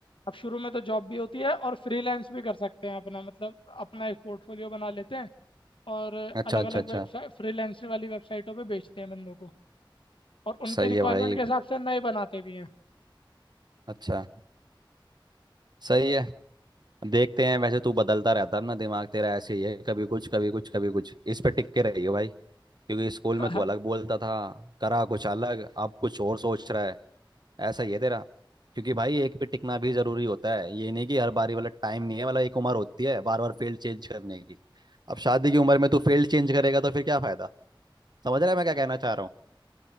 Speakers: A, on the left; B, on the right.
A: अब शुरू में तो जॉब भी होती है और फ्रीलांस भी कर सकते हैं अपना मतलब अपना एक पोर्टफोलियो बना लेते हैं और
B: अच्छा
A: अलग
B: अच्छा
A: अलग
B: अच्छा
A: वेबसाइट फ्रीलांसिंग वाली वेबसाइटों पे बेचते हैं बंदों को और उनकी
B: सही
A: रिक्वायरमेंट
B: है भाई
A: के हिसाब से नए बनाते भी हैं
B: अच्छा सही है देखते हैं वैसे तू बदलता रहता है ना दिमाग तेरा ऐसे ही है कभी कुछ कभी कुछ कभी कुछ इस पे टिक के रहियो भाई क्योंकि स्कूल
A: <laughs>
B: में तू अलग बोलता था करा कुछ अलग अब कुछ और सोच रहा है ऐसा ही है तेरा क्योंकि भाई एक पे टिकना भी जरूरी होता है ये नहीं कि हर बारी वाला टाइम नहीं है वाला एक उम्र होती है बार बार फील्ड चेंज करने की अब शादी की उम्र में तू फील्ड चेंज करेगा तो फिर क्या फायदा समझ रहे हैं मैं क्या कहना चाह रहा हूँ